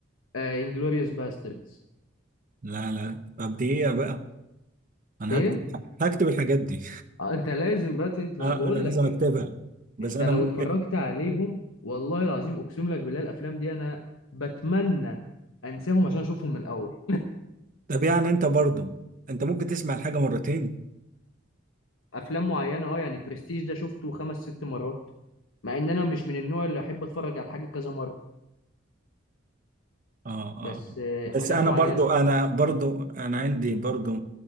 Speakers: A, on the left; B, on the right.
A: آه انجلوريوس باستردز
B: لا لا طب دي ايه بقى انا
A: ايه
B: هكتب هكتب الحاجات دي
A: آه، انت لازم بقى تت- ما
B: آه
A: انا بقول
B: انا لازم
A: لك انت
B: اكتبها بس
A: انت
B: انا
A: لو
B: ممكن
A: اتفرجت عليهم والله العظيم اقسم لك بالله الافلام دي انا بتمنى انساهم عشان اشوفهم من الاول
B: طب يعني انت برضو انت ممكن تسمع الحاجة مرتين
A: افلام معينه اه يعني برستيج ده شفته خمس ست مرات مع ان انا مش من النوع اللي احب اتفرج على حاجه كذا مره
B: اه اه
A: بس
B: آه.
A: آه، حاجات
B: بس انا
A: معينه
B: برضو انا برضو انا عندي برضو